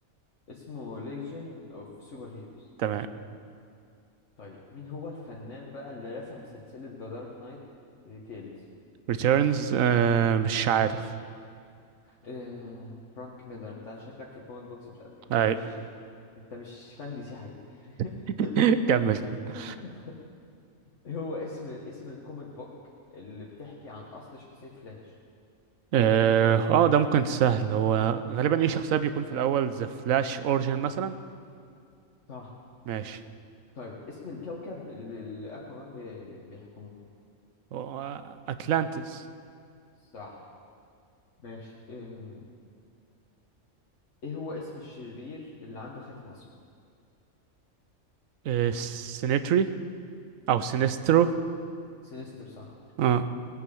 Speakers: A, on the left (about 65°); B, on the right (about 80°).
A: اسمه ليجن اوف سوبر هيروز
B: تمام
A: طيب مين هو الفنان بقى اللي رسم سلسلة ذا دارك نايت ريتيلز
B: ريتيرنز
A: او ريت...
B: آه مش عارف
A: آه... فرانك ميلر انت شكلك في الكوميك بوكس مش قد انت
B: أي
A: مش انت مش فان دي سي حقيقي
B: <laughs>
A: <laughs>
B: كمل كمل
A: <laughs> هو اسم اسم الكوميك بوك اللي بتحكي عن أصل شخصية فلاش
B: اه آه، ده ممكن سهل هو غالبا ايه شخصية بيكون في الأول ذا فلاش أورجن مثلا
A: صح
B: ماشي
A: طيب اسم الكوكب اللي اللي أكوامان بي- بيحكموه
B: هو أتلانتس
A: صح ماشي إيه إيه هو اسم الشرير اللي عنده خاتم أصفر
B: آه، سينيتري او سينسترو
A: سينستر صح
B: اه